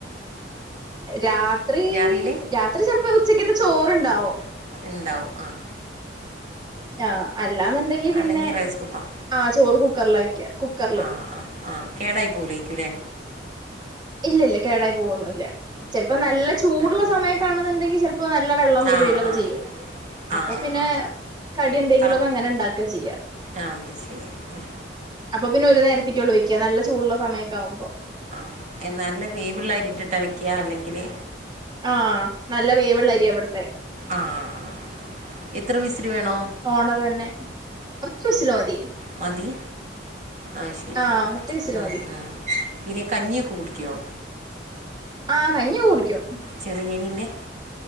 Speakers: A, on the right; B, on the right.
A: രാത്രി
B: രാത്രിയിൽ
A: രാത്രി ചെലപ്പോ ഉച്ചക്കത്തെ ചോ റ്ണ്ടാവും.
B: ഇണ്ടാവും ആഹ്
A: ആഹ് അല്ലാന്ന്ണ്ടെങ്കി പിന്നെ
B: അല്ലെങ്കിൽ റൈസ് കുക്കർ
A: ആ ചോറ് കുക്കറിലാ വെയ്ക്ക കുക്കർല്
B: ആ ആ ആ കേടായി പോവൂലേക്കുലേ.
A: ഇല്ലല്ല കേടായി പോവൊന്നില്ല. ചിലപ്പോ നല്ല ചൂടുള്ള
B: ഉം,
A: സമയം
B: ഉം.
A: ഒക്കെ ആണെന്നുണ്ടെങ്കിൽ ചെൽ പ്പ നല്ല വെള്ളം വരുവേലൊക്കെ
B: ആ ആ
A: ചെയ്യും. അപ്പൊ
B: ആ
A: പിന്നെ
B: ആ
A: കടി എന്തെങ്കിലു
B: തള
A: ഒക്കെ അങ്ങനെ ഉണ്ടാക്ക ചെയ്യാ.
B: ആ അത് ശരി ഉം.
A: അപ്പൊ പിന്നെ ഒരു നേര ത്ത്ക്ക്യൊള്ളൂ വെക്ക്യാ നല്ല ചൂടുള്ള സമയൊക്കെ ആകുമ്പോ
B: അയ്ന് നല്ല വേവ്ള്ള അരിട്ടിട്ടാ വെക്ക്യാ അല്ലെങ്കില്
A: ആഹ് നല്ല വേവ്ള്ള അരിയാ ഇവട്ത്തെ
B: ആഹ് എത്ര വിസില് വേണോ?
A: ഓണർ തന്നെ ഒറ്റ വിസിലു മതി.
B: മതി അഹ്ശരി
A: ആഹ് ഒറ്റ വിസില്
B: ഉം
A: മതി
B: ഉം ഇനി കഞ്ഞി ഒക്കെ കുടിക്ക്യോ?
A: ആഹ് കഞ്ഞിയൊക്കെ കുടിക്കും.
B: ചെറിയരിന്റെ